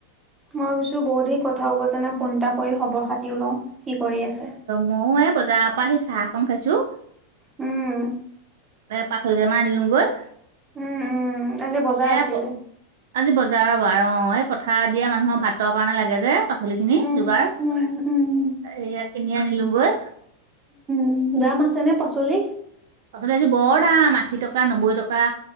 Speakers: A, on the right (about 20°); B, on the right (about 55°).
A: মই ভাবিছোঁ বহুতদিন কথা পতা নাই ফোন
B: অ'।
A: এটা কৰি খবৰ খাতিও লওঁ কি কৰি আছে।
B: মই এ বজাৰৰ পৰা আহি চাহ অকন খাইছোঁ।
A: উম।
B: এ পাখৰিকে মাৰ আনিলোঙগৈ
A: উম, উম, আজি বজাৰ
B: এ
A: আছিলে।
B: আজি বজাৰৰ বাৰ অ', এই পথাৰ দিয়া মানুহৰ ভাতৰ কাৰণে লাগে যে পাচলি খিনি
A: উম,
B: যোগাৰ।
A: উম, উম।
B: এইয়া কিনি আনিলো গৈ।
A: উ দাম আছে নে পাচলিৰ।
B: পাচলি আজি বৰ দাম আশী টকা নব্বৈ টকা।